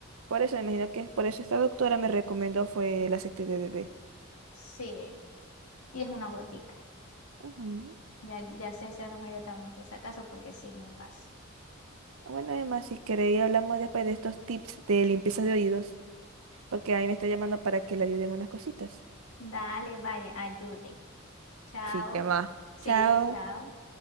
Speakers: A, on the right; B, on the left.
A: Por eso, me imagino que es por eso esta doctora me recomendó fue el aceite de bebé.
B: Sí, Y es una gotica.
A: Ujú.
B: Ya, ya sé ese remedio también por si acaso, porque sí me pasa.
A: Bueno, además, si queréis hablamos después de estos tips de limpieza de oídos, porque a mí me está llamando para que le ayuden unas cositas.
B: Dale, vaya, ayude. Chao.
A: Sí, que va.
B: Sí,
A: Chao.
B: chao.